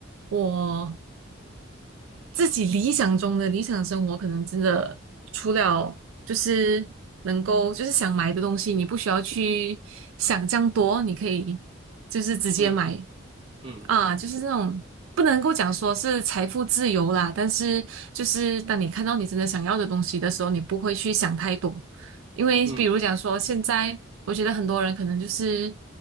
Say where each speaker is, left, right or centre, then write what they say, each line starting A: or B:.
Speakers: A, on the right; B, on the right.
A: 我自己理想中的理想生活，可能真的除了就是能够就是想买的东西，你不需要去想这样多，你可以就是直接买，
B: 嗯嗯
A: 啊，就是这种不能够讲说是财富自由啦，但是就是当你看到你真的想要的东西的时候，你不会去想太多，因为比如讲说现在，
B: 嗯。
A: 我觉得很多人可能就是